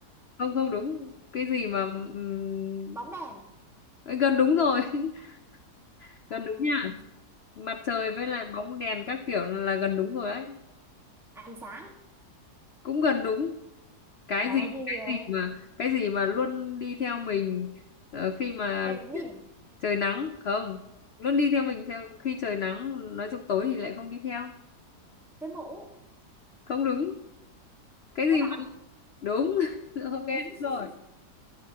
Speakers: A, on the left; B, in the centre.
A: không không đúng cái gì mà ừm,
B: Bóng đèn,
A: ấy, gần đúng rồi <laughs>
B: à,
A: gần đúng nha mặt trời với lại bóng đèn các kiểu là gần đúng rồi đấy
B: ánh sáng.
A: cũng gần đúng cái
B: Trời
A: gì
B: ơi, gì
A: cái
B: vậy?
A: gì mà cái gì mà luôn đi theo mình ờ, khi mà
B: Đèn pin,
A: trời nắng không luôn đi theo mình theo khi trời nắng nói chung tối thì lại không đi theo
B: cái mũ,
A: không đúng cái
B: cái
A: gì
B: bóng.
A: mà đúng <laughs> ok
B: <laughs>
A: đúng rồi